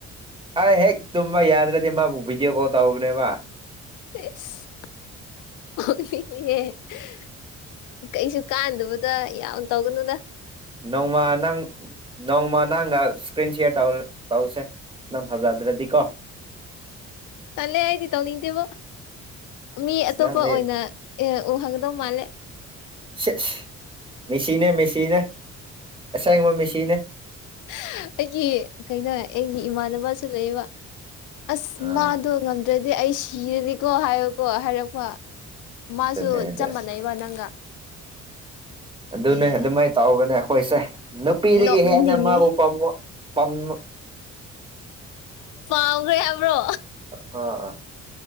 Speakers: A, on the right; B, on the left.
A: ꯑꯩ ꯍꯦꯛ ꯇꯨꯝꯕ ꯌꯥꯗ꯭ꯔꯗꯤ ꯃꯥꯕꯨ ꯕꯤꯗꯤꯌꫭ ꯀꯣꯜ ꯇꯧꯕꯅꯦꯕ
B: ꯏꯁ ꯅꫭꯛꯅꯤꯡꯉꯦ ꯍꯍ ꯀꯩꯁꯨ ꯀꯥꯟꯗꯕꯗ ꯌꯥꯝ ꯇꯧꯒꯅꯨꯗ
A: ꯅꫭꯡꯃ ꯅꯪ ꯅꯣꯡꯃ ꯅꯪꯒ ꯏꯁꯀ꯭ꯔꯤꯟ ꯁꯤꯌꯔ ꯇꯧ ꯇꯧꯁꯦ ꯅꯪ ꯐꯖꯗ꯭ꯔꯗꯤ ꯀꯣ
B: ꯇꯜꯂꯦ ꯑꯩꯗꯤ ꯇꯧꯅꯤꯡꯗꯦꯕꯣ ꯃꯤ
A: ꯑꯁ
B: ꯑꯇꯣꯞꯄ
A: ꯅꯪꯗꯤ
B: ꯑꯣꯏꯅ ꯑꯦ ꯎꯍꯧꯒꯗꯧ ꯃꯥꯜꯂꯦ
A: ꯆꯦꯁ ꯃꯦꯁꯤꯅꯦ ꯃꯦꯁꯤꯅꯦ ꯑꯁꯦꯡꯕ ꯃꯤꯁꯤꯅꯦ
B: ꯍꯍ ꯑꯩꯒꯤ ꯀꯩꯅꯣ ꯑꯩꯒꯤ ꯏꯃꯥꯟꯅꯕꯁꯨ ꯂꯩꯌꯦꯕ ꯑꯁ
A: ꯑꯥ
B: ꯃꯥꯗꯣ ꯉꯝꯗ꯭ꯔꯗꯤ ꯑꯩ ꯁꯤꯔꯗꯤꯀꯣ ꯍꯥꯏꯕꯀꯣ ꯍꯥꯏꯔꯛꯄ ꯃꯥꯁꯨ
A: ꯑꯗꯨꯅꯦ ꯑꯗꯨ
B: ꯆꯞ ꯃꯥꯟ ꯂꯩꯕ ꯅꯪꯒ
A: ꯑꯗꯨꯅꯦ
B: ꯑꯩꯅ
A: ꯑꯗꯨꯃꯥꯏꯅ ꯇꯧꯕꯅꯦ ꯑꯩꯈꯣꯏꯁꯦ ꯅꯨꯄꯤꯗꯒꯤ
B: ꯅꯣꯛꯅꯤꯡꯉꯦ
A: ꯍꯦꯟꯅ ꯃꯥꯕꯨ ꯄꯥꯝꯕ ꯄꯝꯃ
B: ꯄꯥꯎꯈ꯭ꯔꯦ ꯍꯥꯏꯕ꯭ꯔꯣ
A: ꯑꯥ ꯑꯥ